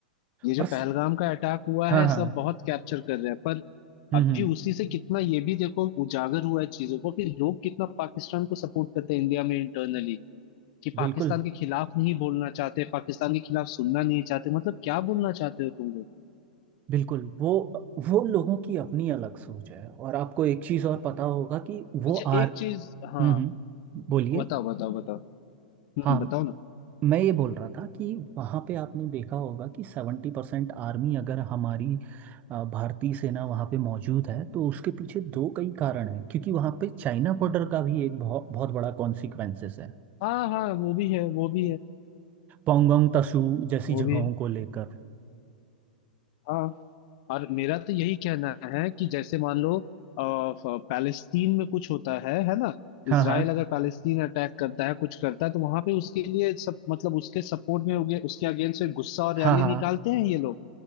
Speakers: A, on the left; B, on the right.
A: ये जो
B: और
A: पहलगाम
B: स-
A: का अटैक हुआ
B: हाँ
A: है
B: हाँ
A: सब बहुत कैप्चर कर रहे हैं पर
B: हम्म
A: अभी
B: हम्म
A: उसी से कितना ये भी देखो उजागर हुआ है चीजों को कि लोग कितना पाकिस्तान को सपोर्ट करते हैं इंडिया में इंटरनली कि पाकिस्तान
B: बिल्कुल
A: के खिलाफ नहीं बोलना चाहते पाकिस्तान के खिलाफ सुनना नहीं चाहते मतलब क्या बोलना चाहते हो तुम लोग
B: बिल्कुल वो वो लोगों की अपनी अलग सोच है और आपको एक चीज़ और पता होगा कि वो
A: अच्छा
B: आर
A: एक चीज हाँ
B: हम्म हम्म, बोलिए
A: बताओ बताओ बताओ हम्म
B: हाँ
A: बताओ ना
B: मैं ये बोल रहा था कि वहाँ पे आपने देखा होगा कि सेवेंटी परसेंट आर्मी अगर हमारी अ, भारतीय सेना वहाँ पे मौजूद है तो उसके पीछे दो कई कारण है क्योंकि वहाँ पे चाइना बॉर्डर का भी एक बहुत बहुत बड़ा कॉन्सिक्वेंसेस है
A: हाँ हाँ वो भी है वो भी है
B: पोंगोंग तसू जैसी
A: वो
B: जगहों
A: भी है।
B: को लेकर
A: हाँ और मेरा तो यही कहना है कि जैसे मान लो अ, फ- पैलेस्तीन में कुछ होता है है ना
B: हाँ
A: इसराइल
B: हाँ
A: अगर पैलेस्तीन अटैक करता है कुछ करता है तो वहां पे उसके लिए सब मतलब उसके सपोर्ट में हो गया उसके अगेंस्ट में गुस्सा और रैली
B: हाँ हाँ
A: निकालते हैं ये लोग